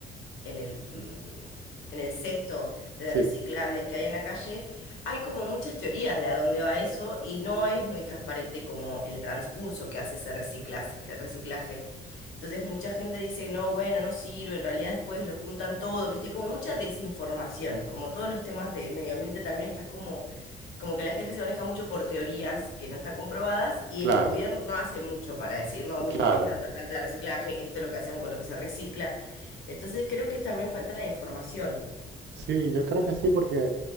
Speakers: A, on the left; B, on the right.
A: en el, mm, en el cesto de
B: Sí,
A: reciclables que hay en la calle, hay como muchas teorías de a dónde va eso y no es muy transparente como el transcurso que hace ese reciclaje, reciclaje. Entonces mucha gente dice, no, bueno, no sirve, en realidad después lo juntan todo, ¿viste? Como mucha desinformación, como todos los temas de medio ambiente también estás como... Como que la gente se maneja mucho por teorías que no están comprobadas y
B: claro,
A: el gobierno no hace mucho para decir, no, miren,
B: claro.
A: esta es nuestra planta de reciclaje, esto es lo que hacemos con lo que se recicla. Entonces creo que es también falta de información.
B: Sí, yo creo que sí, porque